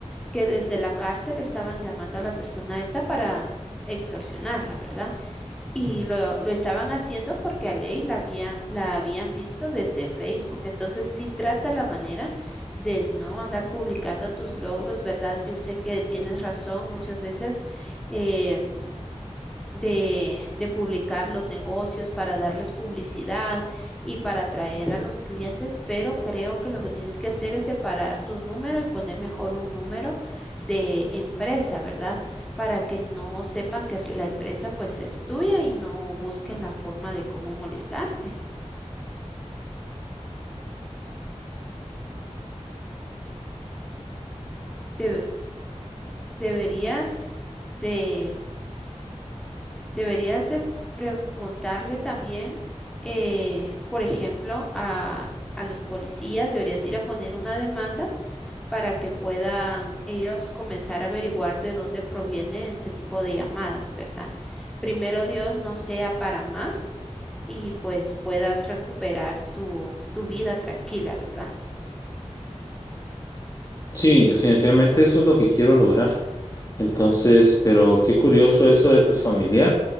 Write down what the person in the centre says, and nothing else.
que desde la cárcel estaban llamando a la persona esta para extorsionarla, ¿verdad? Y lo, lo estaban haciendo porque a Ley la, había, la habían visto desde Facebook. Entonces sí trata la manera de no andar publicando tus logros, ¿verdad? Yo sé que tienes razón, muchas veces eh, de, de publicar los negocios, para darles publicidad y para atraer a los clientes, pero creo que lo que tienes que hacer es separar tu número y poner mejor un número de empresa, ¿verdad? Para que no sepan que la empresa pues es tuya y no busquen la forma de cómo molestarte. Debe- deberías de Deberías de preguntarle también, eh, por ejemplo, a, a los policías, deberías ir a poner una demanda para que puedan ellos comenzar a averiguar de dónde proviene este tipo de llamadas, ¿verdad? Primero Dios no sea para más y pues puedas recuperar tu, tu vida tranquila, ¿verdad?